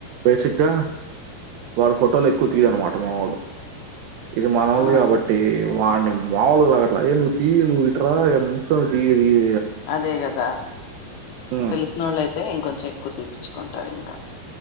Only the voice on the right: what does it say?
బేసిక్ గ్గా వల్ల ఫోటోలెక్కువ తీయడున్నమాట
మావోడు ఇది మనొల్ది
కాబట్టి వాన్ని మాములులాగట్ల ఏ నువ్ తీయ నువ్ ఇట్రా ఇడ నుంచో దియ్ దియ్
ఉమ్,